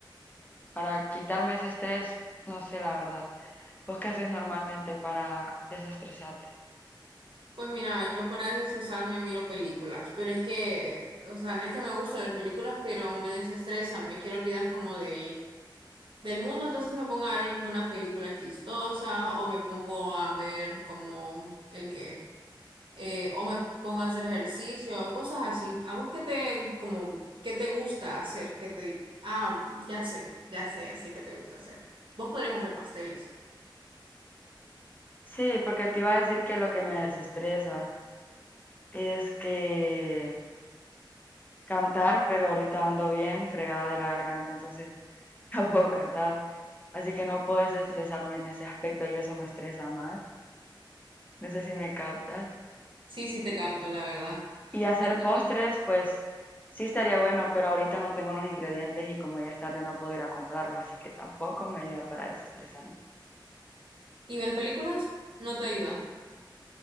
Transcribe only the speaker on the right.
Pues mira, yo para desestresarme miro películas, pero es que, o sea, no es que me guste ver películas, pero me desestresa, me quiero olvidar como del, del mundo, entonces me pongo a ver alguna película chistosa o me pongo a ver como el que, eh, o me pongo a hacer ejercicio, cosas así. ¿A vos qué te, como, qué te gusta hacer? ¿Qué te, ah, ya sé, ya sé, ya sé qué te gusta hacer. Vos podrías hacer pasteles.
Sí, sí, te capto, la verdad.
Entonces.
Y ver películas no te ayuda.